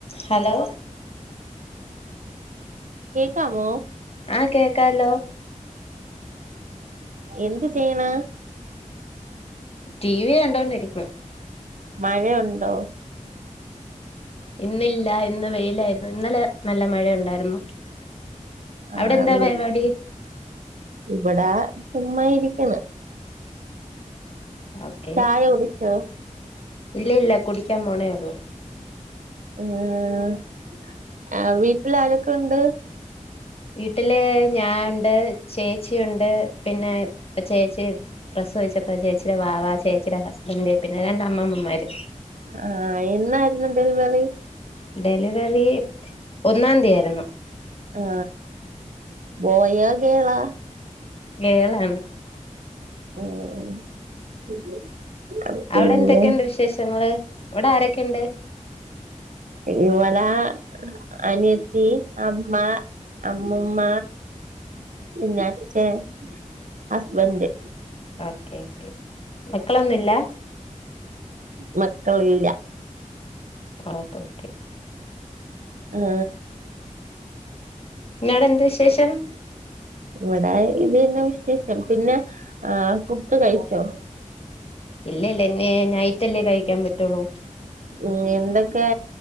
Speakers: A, on the left (about 45°); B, on the right (about 75°).
A: ഹലോ
B: കേക്കാമോ
A: ആ കേക്കാലോ
B: എന്ത് ചെയ്യണ്
A: ടി വി കണ്ടോണ്ടിരിക്ക്ന്
B: മഴ ഉണ്ടോ
A: ഇന്നില്ല ഇന്ന് വെയിലായിരുന്നു ഇന്നലെ നല്ല മഴയുണ്ടായിരുന്നു
B: ആ
A: അവിടെ എന്താ
B: വി
A: പരിപാടി
B: ഇവിടെ ചുമ്മാ ഇരിക്കണ്
A: ഓക്കെ
B: ചായ കുടിച്ചോ
A: ഇല്ല ഇല്ല കുടിക്കാൻ പോണേ ഉള്ളൂ
B: ഉം ആ വീട്ടിൽ ആരൊക്കെ ഉണ്ട്
A: വീട്ടില് ഞാ ഉണ്ട് ചേച്ചി ഉണ്ട് പിന്നെ ഇപ്പ ചേച്ചി പ്രസവിച്ചപ്പോ ചേച്ചിയുടെ വാവ ചേച്ചിയുടെ ഹസ്ബന്ഡറ് പിന്നെ രണ്ട് അമ്മമ്മമാര്
B: ആ എന്നായിരുന്നു ഡെലിവറി
A: ഡെലിവറി ഒന്നാം തീയായിരുന്നു
B: ആ ബോയോ ഗേളാ
A: ഗേളാണ്
B: ഉം <unintelligible> പിന്നെ
A: അവിടെ എന്തൊക്കെയുണ്ട് വിശേഷങ്ങള് അവിടെ ആരൊക്കെണ്ട്
B: ഇവടെ അനിയത്തി അമ്മ അമ്മുമ്മ പിന്നെ അച്ഛൻ ഹസ്ബന്റ്
A: ഓക്കെ ഓക്കെ മക്കളൊന്നുംല്ല
B: മക്കള് ഇല്ല
A: ഓക്കെ ഓക്കെ
B: ആ
A: പിന്നെ അവിടെ എന്ത് വിശേഷം
B: ഇവിടെ ഇതെന്നെ വിശേഷം പിന്നെ ആ ഫുഡ് കഴിച്ചോ
A: ഇല്ല ഇല്ല ഇനി നൈറ്റല്ലേ കഴിക്കാൻ പറ്റുള്ളു
B: ഉം എന്തൊക്കെ